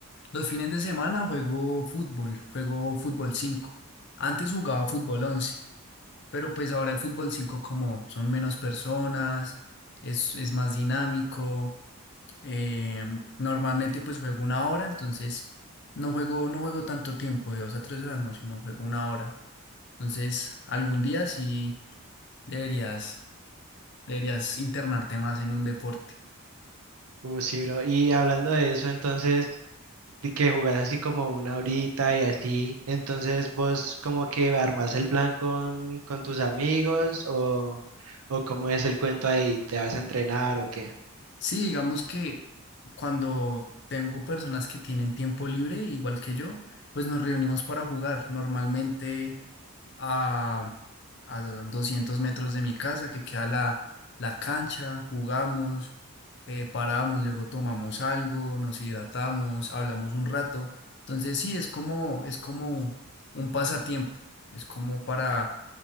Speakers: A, on the left; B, on the right.
A: Los fines de semana juego fútbol, juego fútbol 5. Antes jugaba fútbol 11, pero pues ahora el fútbol 5 como son menos personas, es, es más dinámico. eh, normalmente pues juego una hora, entonces no juego, no juego tanto tiempo, de dos a tres horas, no, sino juego una hora. Entonces algún día sí deberías, deberías internarte más en un deporte.
B: Uh, sí, bro. Y hablando de eso, entonces, de que jugás así como una horita y así, entonces vos como que armás el plan con, con tus amigos o, o cómo es el cuento ahí, ¿te vas a entrenar o qué?
A: Sí, digamos que cuando tengo personas que tienen tiempo libre, igual que yo, pues nos reunimos para jugar. Normalmente a, a 200 metros de mi casa, que queda la, la cancha, jugamos, eh, paramos, luego tomamos algo, nos hidratamos, hablamos un rato. Entonces sí, es como, es como un pasatiempo, es como para,